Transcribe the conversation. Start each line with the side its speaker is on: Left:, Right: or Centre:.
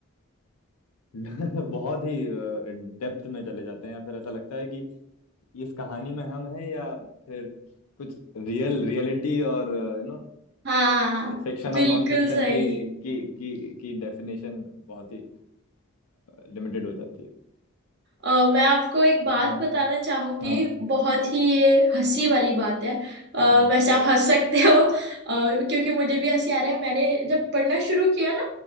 Left: <laughs> बहुत ही डेप्थ में चले जाते हैं या फिर ऐसा लगता है कि इस कहानी में हम हैं या फिर कुछ रियल रियलिटी और यू नो
Right: हाँ
Left: फिक्शन
Right: बिल्कुल
Left: और नॉन फिक्शन
Right: सही
Left: की की की की डेफिनेशन बहुत ही लिमिटेड हो जाती है
Right: अ, मैं आपको एक बात
Left: हाँ
Right: बताना चाहूंगी
Left: हाँ
Right: बहुत ही ये हंसी वाली बात है अ,
Left: हाँ
Right: वैसे आप हंस सकते हो अ, क्योंकि मुझे भी हंसी आ रहा है मैंने जब पढ़ना शुरू किया ना